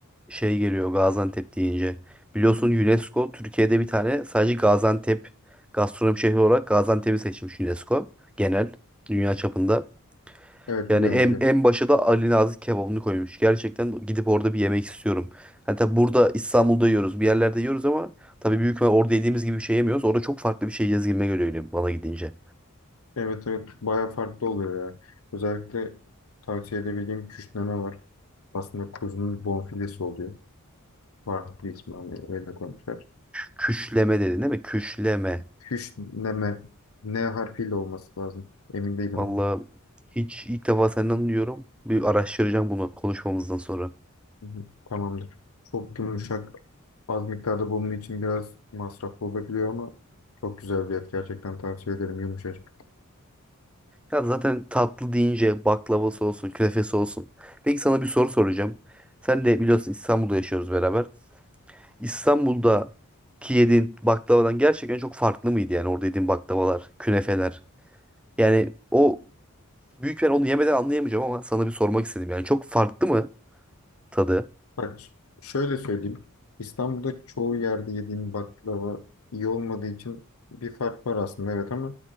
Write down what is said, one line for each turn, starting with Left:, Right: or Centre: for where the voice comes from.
Centre: şey geliyor Gaziantep deyince. Biliyorsun UNESCO Türkiye'de bir tane sadece Gaziantep gastronomi şehri olarak Gaziantep'i seçmiş UNESCO genel dünya
Left: Hı.
Centre: çapında.
Left: Evet
Centre: Yani
Left: biliyorum
Centre: en,
Left: biliyorum.
Centre: en başa da Ali Nazik kebabını koymuş. Gerçekten gidip orada bir yemek istiyorum. Hani tabii burada İstanbul'da yiyoruz, bir yerlerde yiyoruz ama tabii büyük ihtimal orada yediğimiz gibi bir şey yemiyoruz. Orada çok farklı bir şey yiyeceğiz gibime geliyor öyle bana gidince.
Left: Evet evet bayağı farklı oluyor ya. Özellikle tavsiye edebildiğim küşneme var. Aslında kuzunun bonfilesi oluyor. Farklı ismi ama öyle koymuşlar.
Centre: Küşleme dedin değil mi? Küşleme.
Left: Küşneme N harfiyle olması lazım. Emin değilim
Centre: Vallahi
Left: ama.
Centre: hiç ilk defa senden duyuyorum. Bir araştıracağım bunu konuşmamızdan sonra.
Left: Hı hı, Tamamdır. Çok yumuşak. Az miktarda bulunduğu için biraz masraflı olabiliyor ama çok güzel bir et. Gerçekten tavsiye ederim. Yumuşacık.
Centre: Ya zaten tatlı deyince baklavası olsun, künefesi olsun. Peki sana bir soru soracağım. Sen de biliyorsun İstanbul'da yaşıyoruz beraber. İstanbul'daki yediğin baklavadan gerçekten çok farklı mıydı yani orada yediğin baklavalar, künefeler? Yani o büyük ben onu yemeden anlayamayacağım ama sana bir sormak istedim. Yani çok farklı mı tadı?
Left: Bak ş- şöyle söyleyeyim. İstanbul'da çoğu yerde yediğim baklava iyi olmadığı için bir fark var aslında evet ama